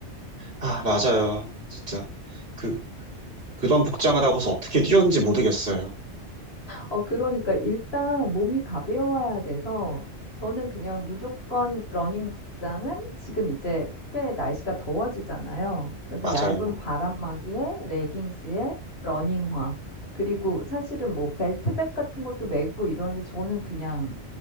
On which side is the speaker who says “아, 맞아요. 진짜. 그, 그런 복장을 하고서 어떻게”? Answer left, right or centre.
Right